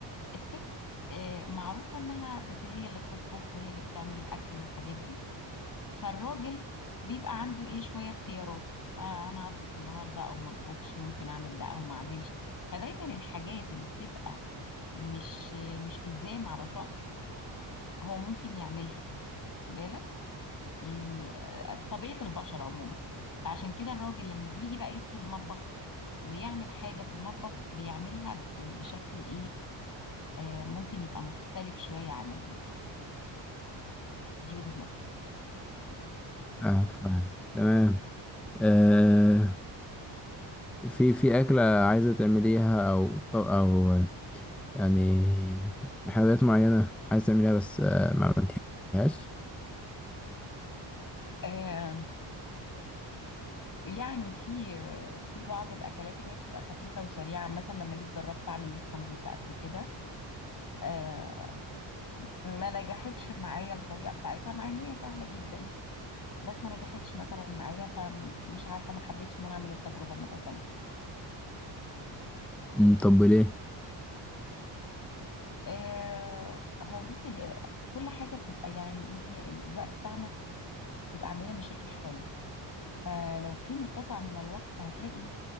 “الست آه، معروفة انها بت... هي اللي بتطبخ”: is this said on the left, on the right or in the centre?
Left